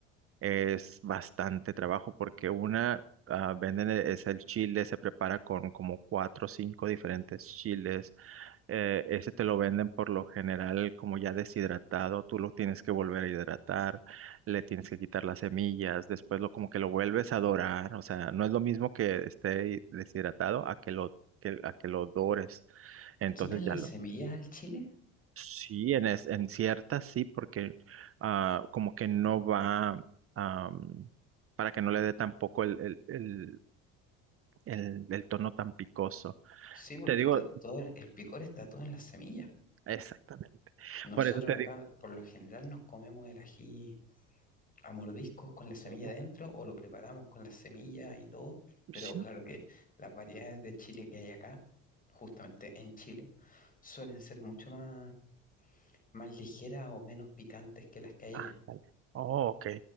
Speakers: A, on the right; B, on the left.
A: es bastante trabajo porque una ah, venden e- es el chile, se prepara con como cuatro o cinco diferentes chiles. Eh, ese te lo venden por lo general como ya deshidratado, tú lo tienes que volver a hidratar, le tienes que quitar las semillas, después lo como que lo vuelves a dorar, o sea, no es lo mismo que esté deshidratado a que lo que, a que lo dores. Entonces
B: ¿Le quitan
A: ya
B: las
A: lo
B: semillas al chile?
A: Sí, en, es- en ciertas sí, porque ah, como que no va am, para que no le dé tampoco el, el, el, el, el tono tan picoso.
B: Sí, porque
A: Te digo,
B: to- todo el el picor está todo en las semillas.
A: exactamente.
B: Nosotros
A: Por eso te
B: acá
A: digo,
B: por lo general nos comemos el ají a mordiscos con la semilla
A: oh,
B: dentro o lo preparamos con la semilla y todo, pero
A: sí,
B: claro que las variedades de chile que hay acá, justamente en Chile, suelen ser mucho más, más ligeras o menos picantes que las que hay
A: ah,
B: allá.
A: dale. Oh, ok.